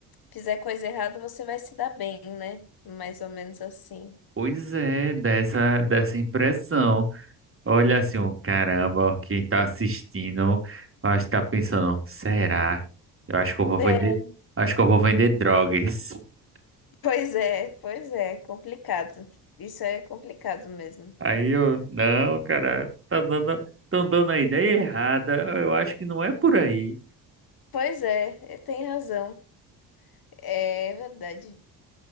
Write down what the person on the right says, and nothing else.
Pois é, dessa dessa impressão. Olha assim, ó, caramba, quem tá assistindo, eu acho que tá pensando, será? Eu acho que eu vou vender,
acho que eu vou vender drogas. <laughs>
Aí eu, não, cara, tá dando, tão dando a ideia errada. Eu acho que não é por aí.